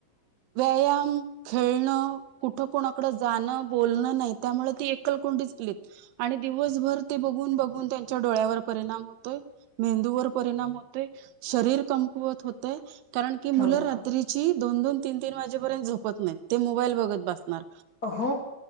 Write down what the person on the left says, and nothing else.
हो
अ ह